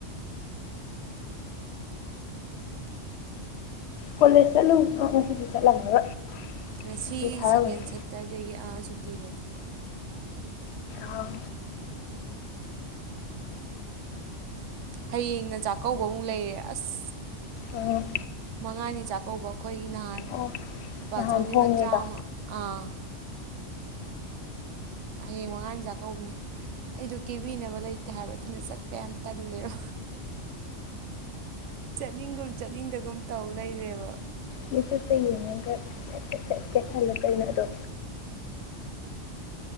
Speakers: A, on the left; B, on the right.
A: ꯀꯣꯂꯦꯖ ꯆꯠꯂꯨ ꯉꯁꯤꯗꯤ ꯆꯠꯂꯝꯃꯔꯣꯏ
B: ꯉꯁꯤ
A: ꯁꯨꯇꯤ ꯊꯥꯔꯝꯃꯅꯤ
B: ꯁꯦꯀꯦꯟ ꯁꯇꯔꯗꯦꯒꯤ ꯑꯥ ꯁꯨꯇꯤ ꯂꯩ
A: ꯑꯥꯎ
B: ꯍꯌꯦꯡꯅ ꯆꯥꯛꯀꯧꯕ ꯑꯃꯨꯛ ꯂꯩꯔꯦ ꯑꯁ
A: ꯑꯣ
B: ꯃꯉꯥꯅꯤ ꯆꯥꯛꯀꯧꯕ ꯑꯩꯈꯣꯏꯒꯤ ꯅꯍꯥꯟ
A: ꯑꯣ
B: ꯕꯥꯆꯧꯒꯤ
A: ꯅꯍꯥꯟ ꯍꯣꯡꯉꯦꯗꯣ
B: ꯃꯆꯥ ꯑꯃ ꯑꯥ ꯍꯌꯦꯡ ꯃꯉꯥꯅꯤ ꯆꯥꯛꯀꯧꯕꯅꯦ ꯑꯩꯗꯣ ꯀꯦꯕꯤꯅꯕ ꯂꯩꯇꯦ ꯍꯥꯏꯕ ꯑꯗꯨꯅ ꯆꯠꯄ ꯌꯥꯝ ꯇꯜꯂꯦꯕ ꯆꯠꯅꯤꯡꯒꯨꯝ ꯆꯠꯅꯤꯡꯗꯒꯨꯝ ꯇꯧ ꯂꯩꯔꯦꯕ
A: ꯃꯤꯆꯇ ꯌꯦꯡꯉꯒꯠ ꯁꯠ ꯀꯠꯠ ꯆꯠ ꯍꯜꯂ ꯀꯩꯅꯣ ꯑꯗꯣ